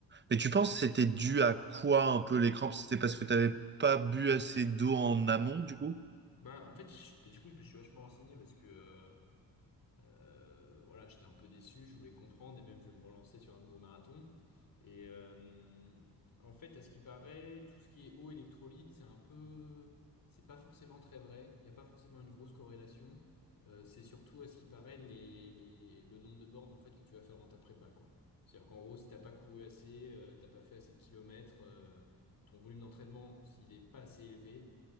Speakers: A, on the right; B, on the left.
A: Et tu penses que c'était dû à quoi un peu les crampes? C'était parce que t'avais pas bu assez d'eau en amont, du coup?
B: Bah, en fait, je- du coup, je me suis vachement renseigné parce que, euh, Euh, voilà, j'étais un peu déçu, je voulais comprendre et même je vais me relancer sur un nouveau marathon. Et euh, en fait, à ce qui paraît, tout ce qui est eau électrolyte, c'est un peu, c'est pas forcément très vrai. Il n'y a pas forcément une grosse corrélation. Euh, c'est surtout à ce qui paraît les, le nombre de bornes en fait que tu vas faire dans ta prépa, quoi. C'est-à-dire qu'en gros, si t'as pas couru assez, euh, t'as pas fait assez de kilomètres, euh, ton volume d'entraînement, s'il est pas assez élevé,